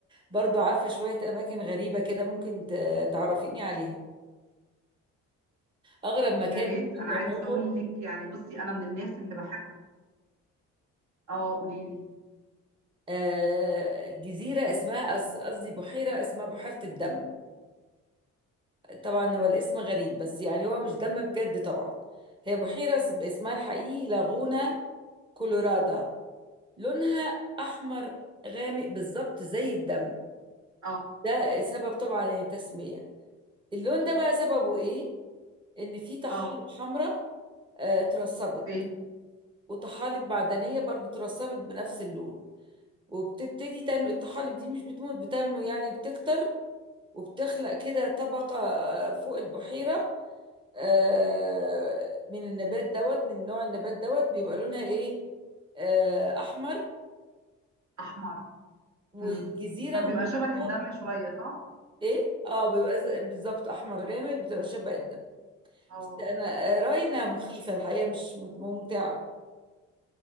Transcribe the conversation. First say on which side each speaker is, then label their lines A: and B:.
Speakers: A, on the right; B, on the right.
A: برضو عارفة شوية اماكن غريبة كده ممكن ت- تعرفيني عليها اغرب مكان
B: يا ريت
A: ممكن
B: انا
A: نروحه
B: عايزه اقول لك يعني بصي انا من الناس اللي بحب اه قولي لي
A: آه جزيرة اسمها أص- قصدي بحيرة اسمها بحيرة الدم طبعا هو الاسم غريب بس يعني هو مش دم بجد طبعا هي بحيرة اسمها الحقيقي لاغونا كولورادا لونها احمر غامق بالظبط زي الدم
B: اه
A: ده سبب طبعا التسمية اللون ده بقى سببه ايه ان في طحالب
B: اه
A: حمراء آه، اترسبت
B: ايه
A: وطحالب معدنية برضو اترسبت بنفس اللون وبتبتدي تنمو الطحالب دي مش بتموت بتنمو يعني بتكتر وبتخلق كده طبقة آه، فوق البحيرة آه، من النبات دوت من نوع النبات دوت بيبقى لونها ايه آه، احمر
B: احمر
A: والجزيرة
B: امم فبيبقى
A: المحيطة
B: شبه الدم شويه صح
A: ايه اه بيبقى ز- بالظبط احمر غامق بتبقى شبه الدم
B: اه
A: بس انا آه، راينا مخيفه الحقيقه مش مت- ممتعه